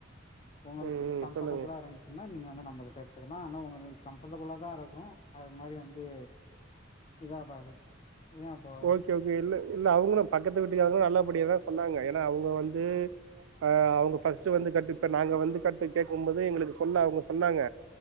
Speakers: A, on the left (about 30°); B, on the right (about 85°).
A: உங்ளுக்கு
B: ம் ம்
A: கம்பர்டபுளா
B: சொல்லுங்க
A: இருந்ச் னா நீங்க வந்து நம்ப கிட்ட எடுத்துக்லா ஆனா உங்களுக்கு கம்ஃபர்டபுளா தா இருக்கு அது மாரி வந்து இதாகாது ஏ அப்போ
B: ஓகே ஓ கே இல்ல இல்ல அவங்களு பக்கத்து வீட்டுக்காரங்களு நல்லபடியா தா சொன்னாங்க ஏனா அவுங்க வந்து ஆ அவங்க ஃபர்ஸ்ட் வந்து கட்டு இப்ப நாங்க வந்து கட்டு கேக்கும்போது எங்களுக்கு சொல்ல அவங்க சொன்னாங்க